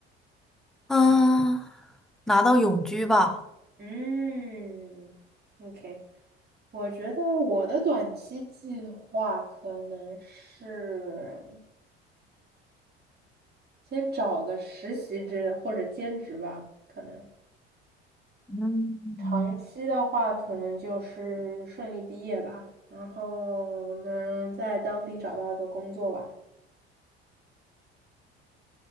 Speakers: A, in the centre; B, on the right (about 30°).
A: 嗯，拿到永居吧。
B: 嗯，OK，我觉得我的短期计划可能是先找个实习制或者兼职吧，可能
A: 嗯，
B: 长期的话可能就是顺利毕业吧，然后能在当地找到一个工作吧。